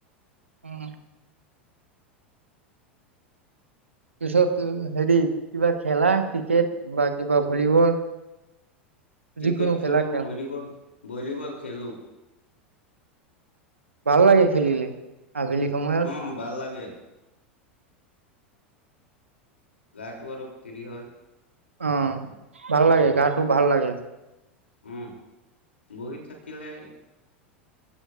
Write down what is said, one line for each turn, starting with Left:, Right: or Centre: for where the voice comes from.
Right: উম। পিছত, উ-হেৰি কিবা খেলা ক্ৰিকেট বা কিবা ভলীবল? যিকোনো
Left: ক্ৰিকেট খেলু,
Right: খেলা খেল
Left: ভলীবল-ভলীবল খেলু।
Right: ভাল লাগে খেলিলে। আবেলি সময়ত
Left: অ', ভাল লাগে। গাটো আৰু ফ্ৰী হৈ
Right: অ', ভাল লাগে, গাটো ভাল লাগে।
Left: উম, বহি থাকিলে